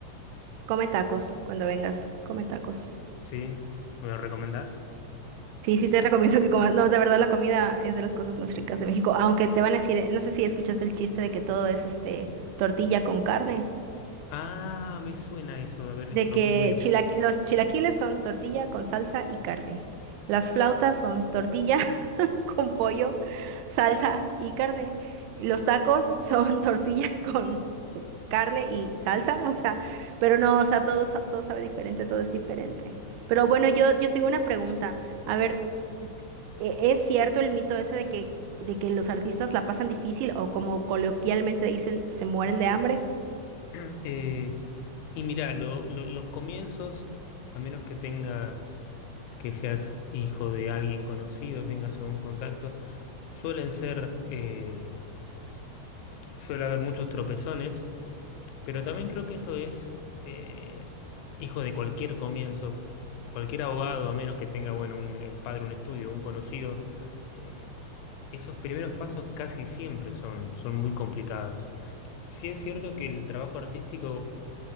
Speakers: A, on the right (about 85°); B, on the left (about 85°).
A: come tacos cuando vengas, come tacos.
B: ¿sí? ¿Me lo recomendás?
A: Sí, sí te recomiendo que comas. No, de verdad la comida es de las cosas más ricas de México, aunque te van a decir, eh, no sé si escuchaste el chiste de que todo es este tortilla con carne,
B: Ah, me suena eso de haber visto
A: de que
B: algún meme.
A: chila- los chilaquiles son tortilla con salsa y carne. Las flautas son tortilla con pollo, salsa y carne. Los tacos son <laughs> tortilla con carne y salsa, o sea, pero no, o sea, todo, sa- todo sabe diferente, todo es diferente. Pero bueno,
B: Sí.
A: yo, yo tengo una pregunta. A ver, ¿e- ¿es cierto el mito ese de que, de que los artistas la pasan difícil o como coloquialmente dicen, se mueren de hambre?
B: <clears throat> Eh, y mira, lo- lo- los comienzos, a menos que tengas, que seas hijo de alguien conocido, tengas algún contacto, suelen ser, eh, suele haber muchos tropezones, pero también creo que eso es eh, hijo de cualquier comienzo, cualquier abogado, a menos que tenga, bueno, un- el padre, un estudio, un conocido, eh, esos primeros pasos casi siempre son, son muy complicados. Sí es cierto que el trabajo artístico